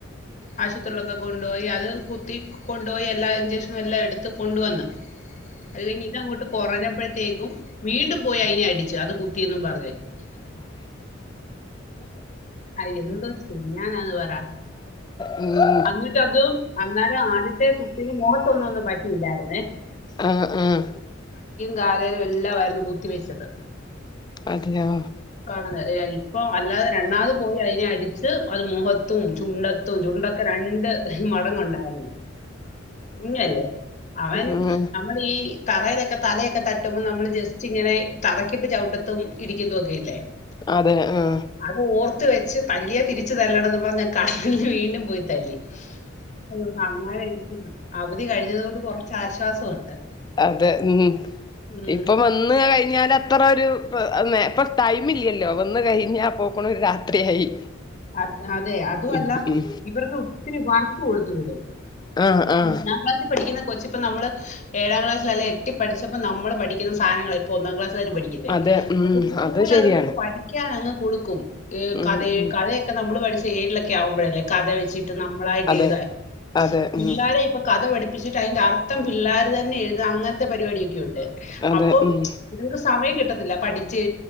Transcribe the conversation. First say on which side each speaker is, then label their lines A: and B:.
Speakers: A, on the left (about 40°); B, on the left (about 20°).
A: ആശുത്രിയിലൊക്കെ കൊണ്ടോയി അത് കുത്തി കൊണ്ടോയി എല്ലാ ഇഞ്ചഷനും എല്ലാം എടുത്ത് കൊണ്ട് വന്ന്. അത് കഴിഞ്ഞ് ഇത് അങ്ങോട്ട് കൊറഞ്ഞപ്പോഴത്തേക്കും വീണ്ടും പോയി അയിനെ അടിച്ചു അത് കു ത്തിന്നും പറഞ്ഞ് ആ എന്തോ ചെയ്യാനാന്ന് പറ
B: അള്ളാ
A: അന്നിട്ട് അതു അന്നേരൊ ആദ്യത്തെ കുത്തിന് മൊഖത്തൊന്നു ഒന്നും പറ്റിയില്ലായിര്ന്നെ
B: ആഹ് ആഹ്
A: കാലേലും എല്ലാമായിരുന്നു കുത്തി വെച്ചത്
B: അതെയോ
A: കാണ ഇപ്പോ അല്ലാതെ രണ്ടാമത് പോയി അയിനെ അടിച്ച് അത് മൊഖത്തും ചുണ്ടത്തും ചുണ്ടൊക്കെ രണ്ട് മടങ്ങുണ്ടായിരുന്നു കുഞ്ഞല്ലേ അവൻ
B: ഉം
A: നമ്മള് ഈ തറയിലൊക്കെ തലയൊക്കെ തട്ടുമ്പോൾ നമ്മൾ ജസ്റ്റ് ഇങ്ങനെ തറക്കിട്ട് ചവിട്ടത്തും ഇടിക്കത്തു ഒക്കെയില്ലേ?
B: അതെ ആഹ്
A: അത് ഓർത്ത് വെച്ച് തല്ലിയാ തിരിച്ച് തല്ലണംന്ന് പറഞ്ഞ് കടന്നല്നെ വീണ്ടും പോയി തല്ലി. അയ്യോ അങ്ങനെ ഇരിക്കുന്നു അവധി കഴിഞ്ഞത് കൊണ്ട് കൊറച്ച് ആശ്വാസമുണ്ട്.
B: അതെ ഉം
A: ഉം
B: ഇപ്പം വന്ന് കഴിഞ്ഞാല്. അത്ര ഒരു ഇപ്പ അ ന്നെ പ്പ ടൈം ഇല്ലല്ലോ വന്ന് കഴിഞ്ഞ അപ്പോക്കുണ് രാത്രിയായി
A: അത് അതെ അതുവല്ലാം
B: ഉം ഉം
A: ഇവർക്ക് ഒത്തിരി വർക്ക് കൊടുത്ത് വിടും.
B: ആഹ് ആഹ്
A: ഒന്നാം ക്ലാസ്സിൽ പഠിക്കുന്ന കൊച്ച് ഇപ്പ നമ്മള് ഏഴാം ക്ലാസ്ലല്ലെ എട്ടി പഠിച്ചപ്പോ നമ്മൾ പഠിക്കുന്ന സാധനങ്ങള ഇപ്പൊ ഒന്നാം ക്ലാ <unintelligible>
B: അതെ ഉം
A: അതുപോലെ
B: അത് ശരിയാണ്
A: അത്ങ്ങക്ക് പഠിക്കാനങ്ങ് കൊടുക്കും
B: ഉം
A: കഥയെ
B: ഉം
A: കഥ നമ്മള് പഠിച്ചെ ഏയിലൊക്കെ ആവുമ്പഴല്ലേ കഥ വെച്ചിട്ട് നമ്മളായിട്ട്
B: അതെ
A: എഴുതാൻ
B: അതെ
A: പിള്ളേരെയിപ്പോ
B: ഉം
A: കഥ പഠി പ്പിച്ചിട്ട് തിൻ്റെർത്തം പിള്ളേർ തന്നെ എഴുത അങ്ങൻത്തെ പരിപാടിയൊക്കെ ഉണ്ട്.
B: അതെ
A: അപ്പം
B: ഉം
A: ഇത്ങ്ങക്ക് സമയം കിട്ടത്തില്ല. പഠിച്ച്